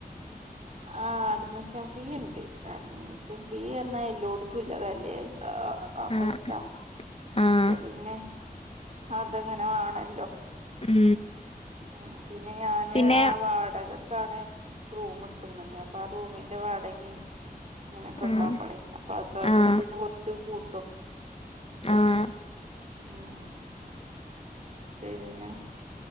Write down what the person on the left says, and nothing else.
ആഹ്
ആഹ്
ഉം
പിന്നെ
ആഹ്
ആഹ്
ആഹ്